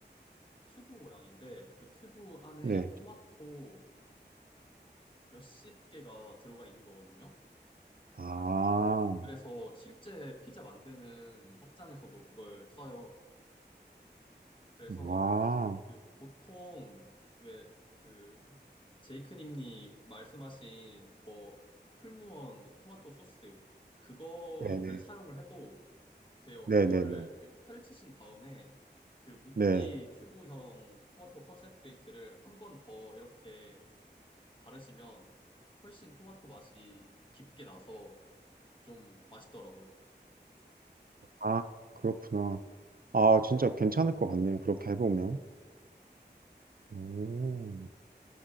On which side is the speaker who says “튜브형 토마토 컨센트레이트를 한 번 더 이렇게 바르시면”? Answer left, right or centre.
Left